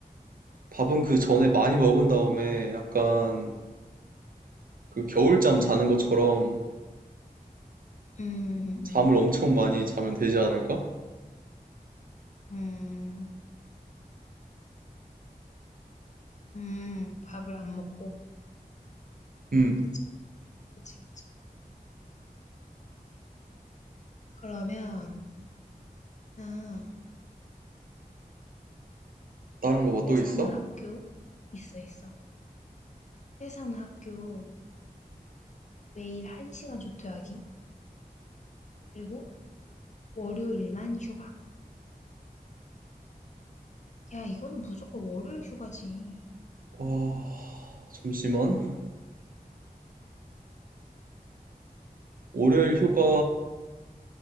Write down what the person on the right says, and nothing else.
밥은 그 전에 많이 먹은 다음에 약간 그 겨울잠 자는 것처럼
잠을
엄청 많이 자면 되지 않을까?
음,
다른 거 뭐 또
있어?
와, 잠시만. 월요일 휴가